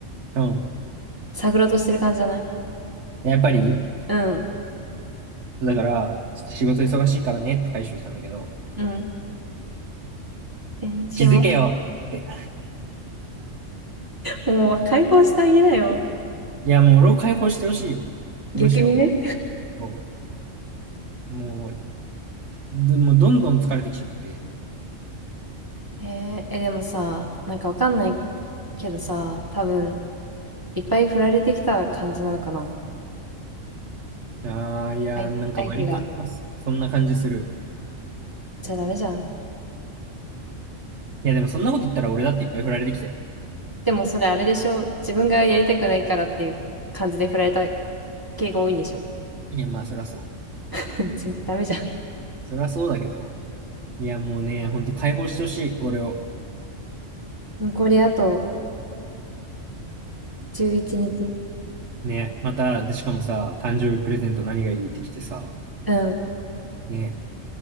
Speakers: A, on the right; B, on the right.
A: うん。
B: 探ろうとしてる感じじゃない
A: でやっぱり、
B: うん
A: だから、ちょっと仕事忙しいからねって回収したんだけど、
B: うん返信は
A: 気づけよって。
B: もう解放してあげなよ。
A: いや、もう俺を解放してほしいよ。むしろ。
B: 逆にね。
A: そうもう、どもうどんどん疲れてきちゃって。
B: えー、え、でもさ、なんかわかんないけどさ、多分、いっぱい振られてきた感じなのかな。
A: ああ、いや、
B: はい相手が。
A: なんか割と、そんな感じする。
B: じゃあダメじゃん。
A: いや、でもそんなこと言ったら俺だっていっぱい振られてきたよ。
B: でもそれあれでしょ。自分がやりたくないからっていう感じで振られた系が多いんでしょ。
A: いや、まあ、そりゃそう。
B: <laughs> 全ダメじゃん。
A: そりゃそうだけど。いや、もうね、ほんと解放してほしい、俺を。
B: 残りあと11日。
A: ね、また、で、しかもさ、誕生日プレゼント何がいいってきてさ、
B: うん。
A: ね、